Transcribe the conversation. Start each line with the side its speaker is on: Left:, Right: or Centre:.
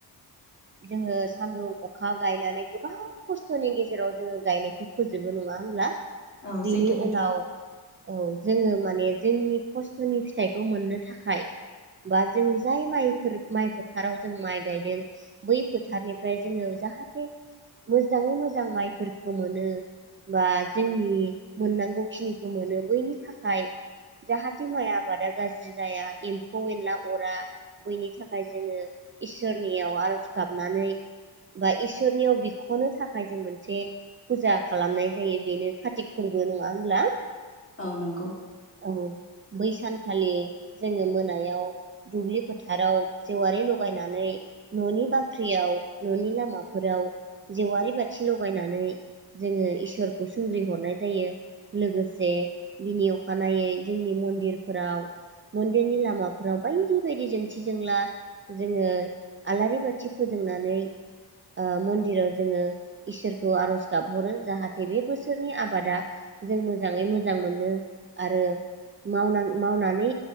Right: जोङो सानदुं अखा गायनानै गोबां खस्थ'नि गेजेराव जोङो गायनायखौ फोजोबो नङा होमब्ला
Left: औ
Right: बिनि
Left: सैथो खोथा
Right: उनाव औ जोङो माने जोंनि खस्थ'नि फिथाइखौ मोननो थाखाय बा जों जाय माइफोर माइ फोथाराव जों माइ गायदों बै फोथारनिफ्राय जोङो जाहाथे मोजाङै मोजां माइफोरखौ मोनो बा जोंनि मोननांगौ खिनिखौ मोनो बैनि थाखाय जाहाथे माइ आबादा गाज्रि जाया एम्फौ एनला अरा बैनि थाखाय जोङो इसोरनियाव आरज गाबनानै बा इसोरनियाव बिख'नो थाखाय जों मोनसे फुजा खालामनाय जायो बेनो कारतिक फोरबो नङा होनब्ला
Left: औ नंगौ
Right: औ बै सानखालि जोङो मोनायाव दुब्लि फोथाराव जेवारि लगायनानै न'नि बाख्रि ख्रियाव न'नि लामाफोराव जेवारि बाथि लगायनानै जोङो इसोरखौ सुंग्रि हरनाय जायो लोगोसे बिनि अखानायै जोंनि मन्दिरफोराव मन्दिरनि लामाफोराव बाय बे बायदि जोंथि जोंला जोङो आलारि बाथि फोजोंनानै ओ मन्दिराव जोङो इसोरखौ आर'ज गाबहरो जाहाथे बे बोसोरनि आबादा जों मोजाङै मोजां मोनो आरो मावनां- मावनानै